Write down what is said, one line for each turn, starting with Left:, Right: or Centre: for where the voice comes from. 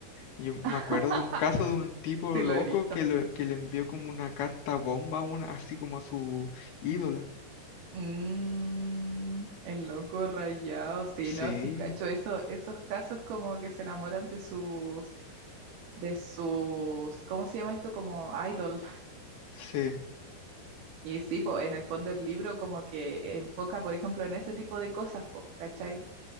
Left: Yo me
Right: <laughs>
Left: acuerdo de un caso de un tipo
Right: Sí
Left: loco
Right: lo he visto.
Left: que le, que le envió como una carta bomba, a una, así como a su ídola.
Right: Mm, el loco rayado, sí,
Left: Sí,
Right: no, sí, cacho, eso, esos casos como que se enamoran de sus, de sus, ¿cómo se llama esto? Como idol.
Left: sí.
Right: Y sí, po, en el fondo el libro como que enfoca, por ejemplo, en ese tipo de cosas, po, ¿cachai?